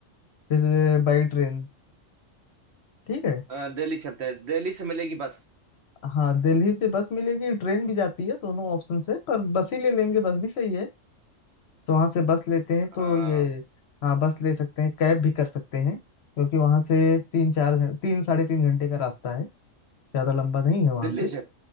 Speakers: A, on the left (about 60°); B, on the right (about 60°).
A: फिर बाई ट्रेन ठीक है
B: अ, दिल्ली चलते हैं दिल्ली से मिलेगी बस
A: हाँ दिल्ली से बस मिलेगी ट्रेन भी जाती है दोनों ऑप्शन से पर बस ही ले लेंगे बस भी सही है तो वहाँ से बस लेते हैं
B: अ,
A: तो ये हाँ बस ले सकते हैं कैब भी कर सकते हैं क्योंकि वहाँ से तीन चार घं- तीन साढ़े तीन घंटे का रास्ता है ज़्यादा लंबा नहीं है वहाँ
B: दिल्ली
A: से
B: से